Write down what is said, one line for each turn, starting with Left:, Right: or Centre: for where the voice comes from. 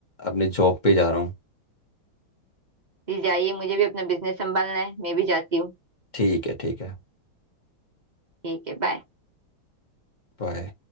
Left: अपनी जॉब पे जा रहा हूँ
Right: जी जाइए मुझे भी अपना बिजनेस संभालना है मैं भी जाती हूँ
Left: ठीक है ठीक है
Right: ठीक है बाय
Left: बाय